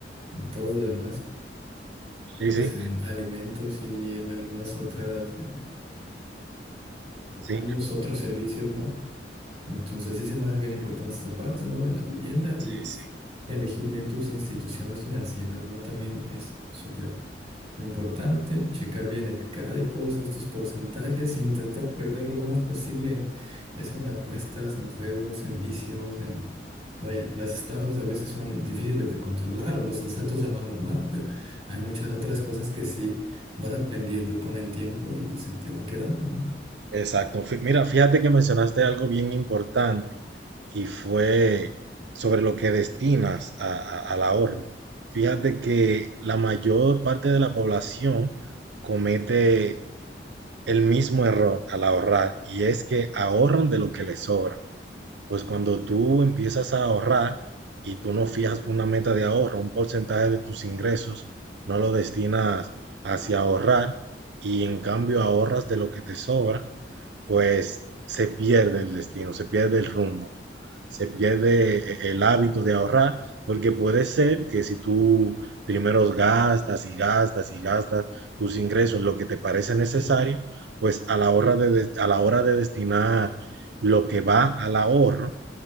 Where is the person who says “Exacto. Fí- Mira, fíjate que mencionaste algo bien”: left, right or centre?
Right